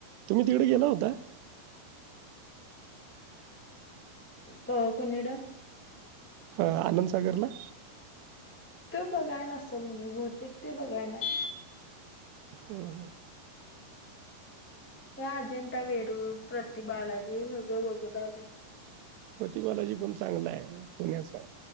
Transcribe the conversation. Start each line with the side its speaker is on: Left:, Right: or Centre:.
Right: तुम्ही तिकडे गेला होता?
Centre: क कोणीकड?
Right: अ आनंदसागरला.
Centre: तो बघाय नसेल मी बहूतेक ते बघायनाई.
Right: हम्म.
Centre: हे अजिंठा वेरूळ प्रति बालाजी सगळं बगुन आलोय.
Right: प्रत बालाजी पण चांगला हे पुण्याचा.